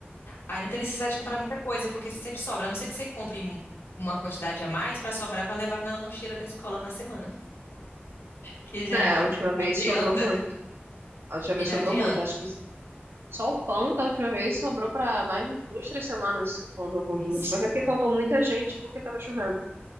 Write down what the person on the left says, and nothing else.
Aí não tem necessidade de comprar muita coisa, porque sempre sobra. A não ser que você compre mu- uma quantidade a mais para sobrar para levar na lancheira da escola na semana. Que já
adianta.
Que
já
adianta.
Misericórdia.